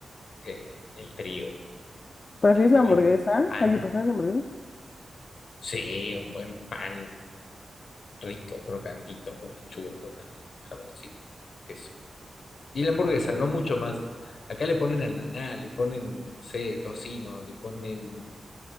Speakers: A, on the left; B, on the left.
A: eh, el trigo,
B: ¿Prefieres
A: el
B: la
A: buen
B: hamburguesa?
A: pan.
B: Ay, ¿prefieres la hamburguesa?
A: Sí, un buen pan rico, crocantito, con lechuga, tomate, jamoncito, queso. Y la hamburguesa, no mucho más. Acá le ponen ananá, le ponen, no sé, tocino, le ponen